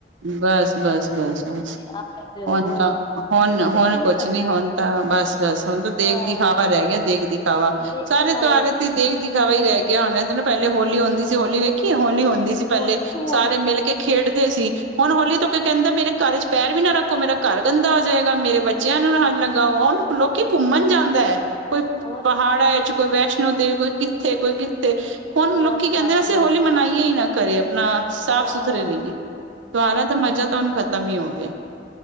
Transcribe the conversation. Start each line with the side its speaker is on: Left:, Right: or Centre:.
Right: ਬਸ- ਬਸ -ਬਸ
Left: ਹੁੰਦਾ ਤੇ ਉਹ
Right: ਔਂਹਦਾ।
Left: ਏ
Right: ਹੁਨ,
Left: ਤੇ
Right: ਹੁਣ
Left: ਕੀ
Right: ਕੁਛ
Left: ਕਰਨਾ
Right: ਨੀ, ਹੁਨ ਤਾਂ ਬਸ- ਬਸ ਹੁਣ ਤਾਂ ਦੇਖ
Left: ਹਾਂ
Right: ਦਿਖਾਵਾ ਰਹਿ ਗਿਆ ਦੇਖ ਦਿਖਾਵਾ,
Left: ਦਿਖਾਵਾ
Right: ਸਾਰੇ ਤਾਰੇ। ਦੇਖ ਦਿਖਾਵਾ ਈ ਰੈ ਗਯਾ ਹੁਨ, ਪੈਲੇ ਹੋਲੀ ਹੁੰਦੀ ਸੀ ਹੋਲੀ ਵੇਖੀਏ ਹੋਲੀ ਹੋਂਦੀ ਸੀ ਪੈਲੇ
Left: ਹੋਲੀ ਹੁਣ
Right: ਸਾਰੇ ਮੇਲ ਕੇ ਖੇਡਦੇ ਸੀ ਹੁਣ, ਹੋਲੀ ਤੋਂ ਕੋਈ ਕੈਂਦਾ ਮੇਰੇ ਘਰ ਵਿੱਚ ਪੈਰ ਵੀ ਨਾ ਰੱਖੋ ਮੇਰਾ ਘਰ ਗੰਦਾ ਹੋ ਜਾਏਗਾ, ਮੇਰੇ ਬੱਚਿਆਂ ਨੂੰ ਨਾ ਲੱਗਾ ਓਨੂੰ ਲੋਕੀ ਘੁੰਮਣ ਜਾਂਦੈ ਕੋਈ
Left: ਹੋਰ
Right: ਪਹਾੜਾਂ ਚ, ਕੋਈ ਵੈਸ਼ਨੋ ਦੇਵੀ ਕੋਈ ਕਿੱਥੇ ਕੋਈ ਕਿੱਥੇ ਹੁਣ
Left: ਬਸ-ਬਸ-ਬਸ
Right: ਲੋਕ ਕੈਂਦੇ ਅਸੀਂ ਹੋਲੀ ਮਨਾਈ ਹੀ ਨਾ ਕਰੇ ਆਪਣਾ ਸਾਫ-ਸੁਥਰੇ
Left: ਹਾਂ
Right: ਰਹੀਏ ਤਯੋਹਾਰਾਂ ਤੇ ਮਜਾਂ ਤਾਂ ਹੁਨ ਖਤਮ ਈ ਹੋ ਗਯਾ।